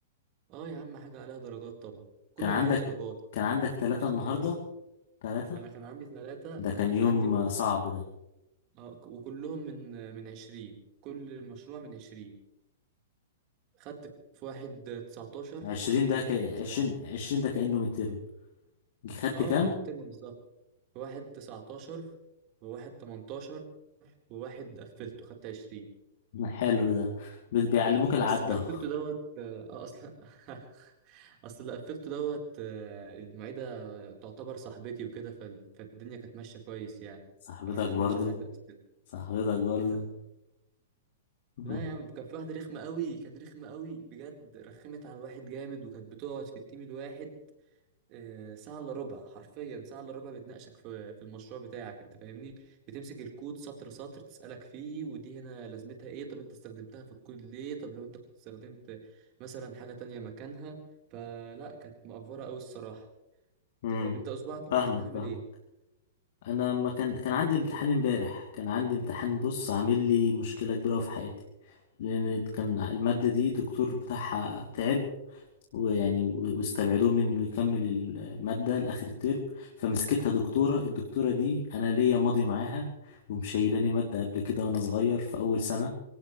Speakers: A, on the right; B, on the left.
A: اه يا عم حاجة عليها درجات طبعا كل
B: كان عندك
A: ده عليه درجات
B: كان عندك ثلاثة
A: اسمع
B: النهاردة
A: بس
B: ثلاثة
A: انا كان عندي ثلاثة
B: ده
A: كان
B: كان يوم
A: عندي و...
B: آه، صعب ده
A: آه، وكلهم من من 20 كل مشروع من 20 خدت في واحد 19
B: عشرين
A: وخدت
B: ده
A: في
B: ك...
A: واحد 17
B: عشرين عشرين ده كأنه مترم خدت
A: اه
B: كام؟
A: من الترم بالظبط في واحد 19 وواحد 18 وواحد قفلته خدت 20
B: حلو ده بت- بيعلموك
A: بس
B: العد
A: اللي
B: اهو
A: قفلته دوت اه اصلا <laughs> اصل اللي قفلته دوت آه، المعيدة تعتبر صاحبتي وكده فال- فالدنيا كانت ماشية كويس يعني
B: صاحبتك
A: فما رخمتش
B: برضو
A: عليا في الأسئلة
B: صاحبتك برضو
A: <laughs>
B: <laughs>
A: لا يا عم كان في واحدة رخمة قوي كان رخمة قوي بجد رخمت على الواحد جامد وكانت بتقعد في التيم الواحد آه، ساعة الا ربع حرفيا ساعة الا ربع بتناقشك في في المشروع بتاعك انت فاهمني بتمسك الكود سطر سطر تسألك فيه ودي هنا لازمتها ايه طب انت استخدمتها في الكود ليه طب لو انت كنت استخدمت مثلا حاجة تانية مكانها فلا كانت مقفرة قوي الصراحة انت
B: امم
A: فاهم انت اسبوعك انت
B: فاهمك
A: كان عامل
B: فاهم
A: ايه
B: انا ما كان كان عندي امتحان امبارح كان عندي امتحان بص عامل لي مشكله كبيره أوي في حياتي لان كان الماده دي دكتور بتاعها تعب ويعني و- واستبعدوه من انه يكمل الماده لاخر الترم فمسكتها دكتوره الدكتوره دي انا ليا ماضي معاها ومشيلاني ماده قبل كده وانا صغير في اول سنه